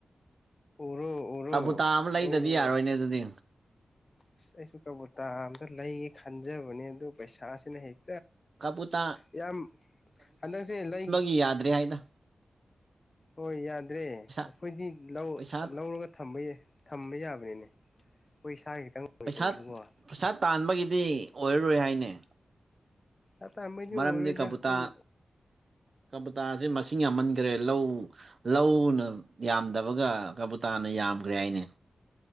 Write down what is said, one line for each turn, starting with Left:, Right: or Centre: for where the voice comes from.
Left: ꯎꯔꯣ ꯎꯔꯣ
Right: ꯀꯕꯨꯇꯥ ꯑꯃ ꯂꯩꯗꯗꯤ
Left: ꯂꯧꯔꯣ
Right: ꯌꯥꯔꯣꯏꯅꯦ ꯑꯗꯨꯗꯤ
Left: ꯑꯁ ꯑꯩꯁꯨ ꯀꯕꯨꯇꯥ ꯑꯝꯇ ꯂꯩꯒꯦ ꯈꯟꯖꯕꯅꯦ ꯑꯗꯨꯕꯨ ꯄꯩꯁꯥꯁꯤꯅ ꯍꯦꯛ
Right: ꯀꯕꯨꯇꯥ
Left: ꯏꯌꯥꯝ ꯍꯟꯗꯛꯁꯦ ꯂꯩ
Right: ꯌꯥꯗꯔꯦ ꯍꯥꯏꯗ
Left: ꯍꯣꯏ ꯌꯥꯗ꯭ꯔꯦ ꯑꯩꯈꯣꯏꯗꯤ
Right: ꯄꯩꯁꯥ
Left: ꯂꯧ
Right: ꯄꯩꯁꯥ
Left: ꯂꯧꯔꯒ ꯊꯝꯕꯩꯅꯦ ꯊꯝꯕ ꯌꯥꯕꯅꯤꯅꯦ ꯑꯩꯈꯣꯏ ꯏꯁꯥꯒꯤ ꯈꯤꯇꯪ ꯑꯣꯏꯔꯁꯨꯀꯣ
Right: ꯄꯩꯁꯥ ꯄꯩꯁꯥ ꯇꯥꯟꯕꯒꯤꯗꯤ ꯑꯣꯏꯔꯔꯣꯏ ꯍꯥꯏꯅꯦ
Left: ꯑꯗꯤ
Right: ꯃꯔꯝꯗꯤ
Left: ꯑꯣꯏꯔꯣꯏꯗꯈꯣꯏ
Right: ꯀꯕꯨꯇꯥ ꯀꯕꯨꯇꯥꯁꯦ ꯃꯁꯤꯡ ꯌꯥꯝꯃꯟꯈ꯭ꯔꯦ ꯂꯧ ꯂꯧꯅ ꯌꯥꯝꯗꯕꯒ ꯀꯕꯨꯇꯥꯅ ꯌꯥꯝꯈ꯭ꯔꯦ ꯍꯥꯏꯅꯦ